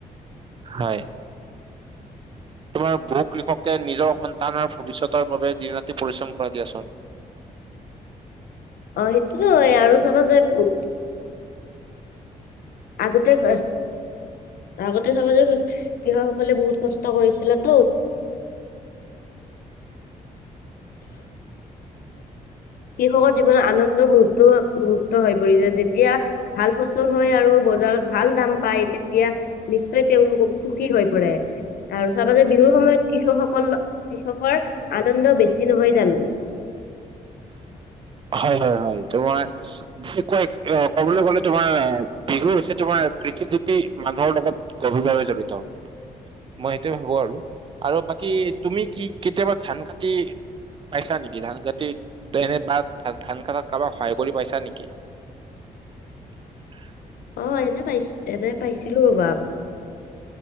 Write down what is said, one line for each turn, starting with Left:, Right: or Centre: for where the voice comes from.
Right: হয় তোমাৰ বহু কৃষকে নিজৰ সন্তান আৰু ভৱিষ্যতৰ বাবে দিন ৰাতি পৰিশ্ৰম কৰা দিয়াচোন
Left: অ' সেইটো আৰু চাবা যায় বহুত আগতে ক আগতে চাব যে কৃষকসকলে বহুত কষ্ট কৰিছিল তো কৃষকৰ জীৱনত আনন্দৰ মুহৰ্ত মুহৰ্ত হৈ পৰিছে যেতিয়া ভাল ফচল হয় আৰু বজাৰত ভাল দাম পায় তেতিয়া নিশ্চয় তেওঁলোকক সুখী হৈ পৰে আৰু চাবা যে বিহুৰ সময়ত কৃষকসকল কৃষকৰ আনন্দ বেছি নহয় জানো
Right: হয় হয় হয় তোমাৰ বিশেষকৈ কবলৈ গলে তোমাৰ বিহু হৈছে তোমাৰ কৃষি- মানুহৰ লগত গভীৰভাৱে জড়িত মই সেইটোয়ে ভাবো আৰু আৰু বাকী তুমি কি কেতিয়াবা ধান কাটি পাইছা নেকি ধান ক এনে বা ধ ধান কাটাত কাৰোবাক সহায় কৰি পাইছা নেকি <unintelligible>
Left: অ এনে পাইছ এনে পাইছিলো ৰব